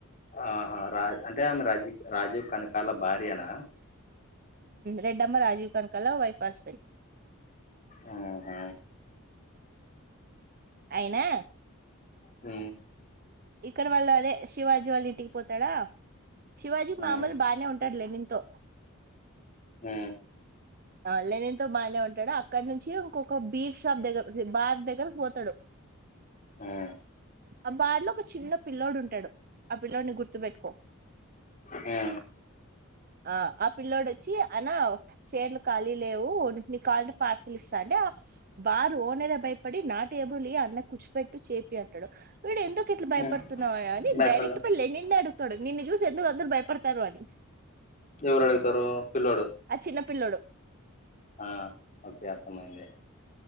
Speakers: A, on the left; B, on the right.
A: ఆహా రా అంటే ఆమె రాజీవ్ రాజీవ్ కనకాళ్ళ భార్యన
B: రెడ్ అమ్మ రాజీవ్ కనకాల వైఫ్ హస్బెండ్
A: ఉహు
B: అయినా
A: మ్
B: ఇక్కడ వాళ్ళు అదే శివాజీ వాళ్ళ ఇంటికి పోతాడా శివాజీ
A: హ్మ్.
B: మామలు బాగనే ఉంటాడులే లెనిన్ తో
A: ఉ
B: ఆలెనితో బానే ఉంటాడు అక్కడ నుంచి ఒక్కొక బీర్ షాప్ దగ్గర బార్ దగ్గరకి పోతడు
A: హ్మ్.
B: ఆ బార్ లో ఒక చిన్న పిల్ల్లోడు ఉంటడు ఆ పిల్ల్లోడిని గుర్తుపెట్టుకో
A: అ
B: ఆ ఆ పిల్లోడు వచ్చి అనా చేర్లు కాళీ లేవు నీకు కావాలంటే పార్సల్ ఇస్తా అంటే అ బార్ ఓనరే భయపడి నా టేబుల్ ఇయ్ అన్న కూర్చిపెట్టు చేపి అంటడు వీడు ఎందుకు ఇట్లా భయపడుతున్నావా
A: హ్మ్.
B: అయ్జ్
A: భయపడదు.
B: డైరెక్ట్ పోయి లేనిన్నే అడుగుతడు నిన్ను చూసి ఎందుకు అందరు భయపడతారు అని
A: ఎవరు అడుగుతారు పిల్లోడు
B: ఆ చిన్నపిల్లోడు
A: ఆ! ఓకే. అర్థమైంది